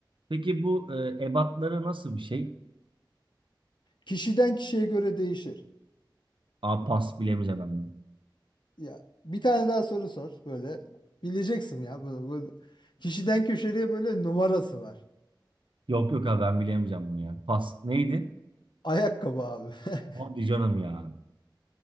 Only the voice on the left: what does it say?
kişiden kişiye göre değişir.
Ya bir tane daha soru sor böyle bileceksin ya bunu. Bu, kişiden köşeye böyle numarası var.
Ayakkabı abi. <laughs>